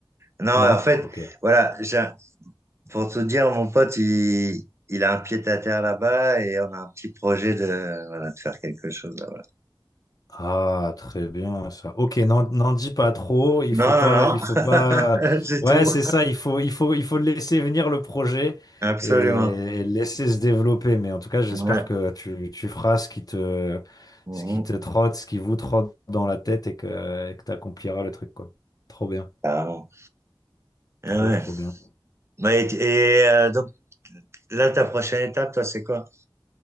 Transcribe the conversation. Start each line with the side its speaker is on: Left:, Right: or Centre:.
Right: Non,
Left: Non?
Right: en fait,
Left: Ok.
Right: voilà, j'ai- pour tout dire, mon pote, il, il a un pied à terre là-bas, et on a un petit projet de, voilà, de faire quelque chose là-bas.
Left: Ah, très bien ça. Ok, n'en n'en dis pas trop. Il
Right: Non,
Left: faut pas,
Right: non,
Left: il faut pas.
Right: non, <laughs> c'est
Left: Ouais,
Right: tout.
Left: c'est ça. Il faut, il faut, il faut laisser venir le projet
Right: Absolument.
Left: et, et le laisser se développer. Mais en tout cas, j'espère
Right: Ouais.
Left: que tu, tu feras ce qui te,
Right: Mhm.
Left: ce qui te trotte, ce qui vous trotte dans la tête et que, et que tu accompliras le truc, quoi. Trop bien,
Right: Carrément. Eh
Left: trop,
Right: ouais.
Left: trop bien.
Right: Ouais, et et, euh, donc là, ta prochaine étape, toi, c'est quoi?